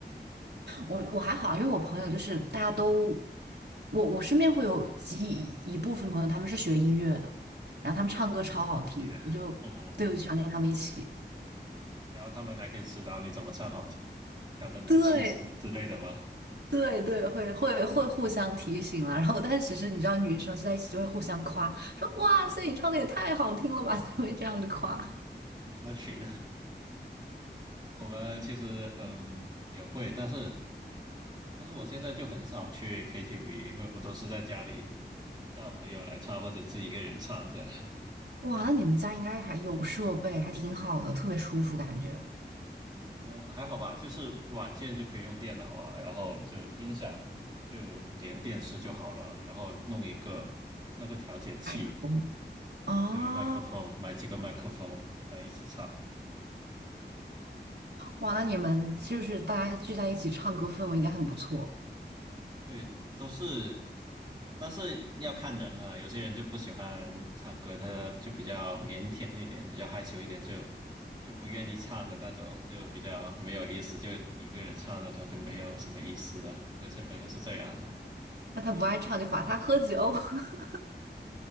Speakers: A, on the right; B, on the right.
A: 我我还好，因为我朋友就是大家都，我我身边会有几一部分朋友，他们是学音乐的，然后他们唱歌超好听，
B: <laughs> 就很专业哦。
A: 我就对我就想跟他们一起。
B: 然后他们还可以指导你怎么唱好听，调整你的气息之类的吗？
A: 对对对，会会会互相提醒啦。然后，但是其实你知道，女生在一起就会互相夸，说哇塞，你唱的也太好听了吧，<laughs> 就会这样子夸。
B: 浮夸群，<laughs> 我们其实嗯也会，但是但是我现在就很少去 KTV，因为我都是在家里叫朋友来唱或者自己一个人唱这样。
A: 哇，那你们家应该还有设备，还挺好的，特别舒服感觉。
B: 嗯，还好吧，就是软件就可以用电脑啊，然后就音响就连电视就好了啊，然后弄一个那个调节器，
A: 麦克风。哦，
B: 对，麦克风，买几个麦克风，然后一起唱，
A: 哇，那你们就是大家聚在一起唱歌，氛围应该很不错。
B: 对，都是，但是要看人啊，有些人就不喜欢唱歌，他就比较腼腆一点，比较害羞一点，就就不愿意唱的那种，就比较没有意思，就你一个人唱那种就没有什么意思的，有些朋友是这样的。
A: 那他不爱唱就罚他喝酒。<laughs>